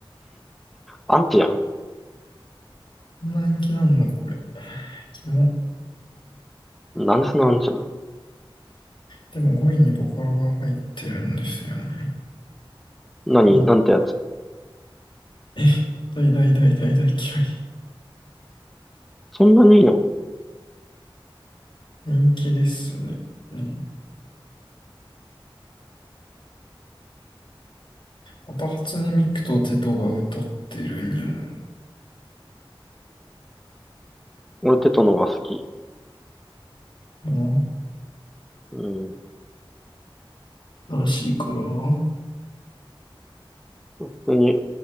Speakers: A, in the centre; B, on the left.
A: アンチやん。
B: んな人気なんだ、これ。キモ。
A: なんちなんちゃな。
B: でも5位にボカロが入ってるんですよね。
A: 何なんてやつ。
B: うんえ、大大大大大嫌い。
A: そんなにいいの
B: 人気ですね。うんまた初音ミクとテトが歌ってるに
A: 俺テトのが好き。
B: ょ
A: うん。
B: な。新しいから。ん
A: 普通に